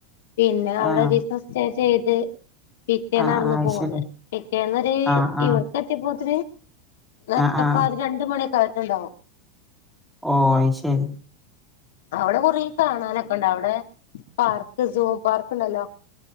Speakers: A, on the left (about 80°); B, in the centre.
A: പിന്നെ അവിടെ
B: ആഹ്
A: <unintelligible> അത് പിറ്റേന്നാടന്ന്
B: ആഹ് ആഹ് അയ്
A: പോന്ന്
B: ശെരി
A: പിറ്റേന്നൊരു
B: ആഹ് ആഹ്
A: ഇവ <unintelligible> നട്ടപ്പാതിരണ്ട്
B: ആഹ് ആഹ്
A: മണി ക്കായ്ട്ടുണ്ടാവും
B: ഓ ശരി
A: അവിടെ കുറിൽ കാണാനൊക്കെണ്ടവിടെ വിടെ പാർക്ക് സോം പാർക്ക് ഉണ്ടല്ലോ